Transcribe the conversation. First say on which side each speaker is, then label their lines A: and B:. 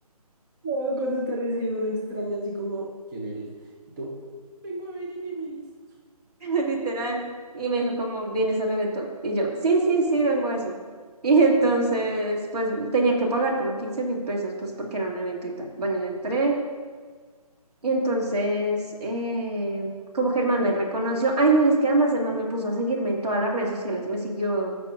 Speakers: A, on the right; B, on the right.
A: Claro, cuando te recibe un extraño así como, ¿quién eres? Y tú, vengo a ver a mi amiguis.
B: <laughs> literal. Y me dijo como, ¿vienes al evento? Y yo, sí, sí, sí, vengo a eso. Y entonces, pues tenía que pagar como quince mil pesos, pues porque era un evento y tal. Bueno, yo entré. Y entonces, eh, como que el man me reconoció. Ay, no, y es que además el man me puso a seguirme en todas las redes sociales. Me siguió,